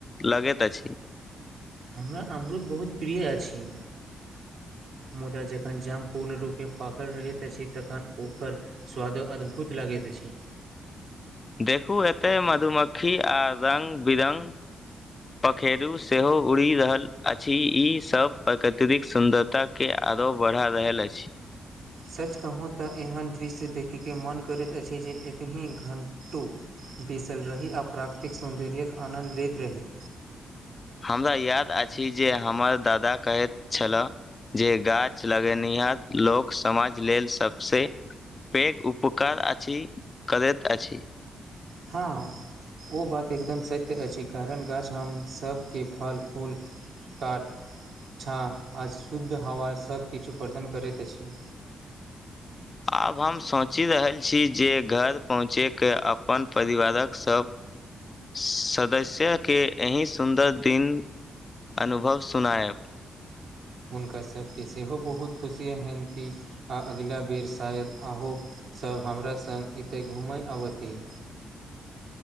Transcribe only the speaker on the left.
लगैत अछि।
देखू एते मधुमक्खी आ रंग-बिरंग। पखेरू सेहो उड़ि रहल अछि ई सब प्रकृततिक सुन्दरता के आरो बढ़ा रहल अछि।
हमरा याद अछि जे हमर दादा कहैत छला। जे गाछ लगेनिहार लोक समाज लेल सबसे पेघ उपकार अछि करैत अछि।
आब हम सोचि रहल छी जे घर पहुँचिकेॅं अपन परिवारक सब सदस्य के एहि सुन्दर दिन अनुभव सुनायब।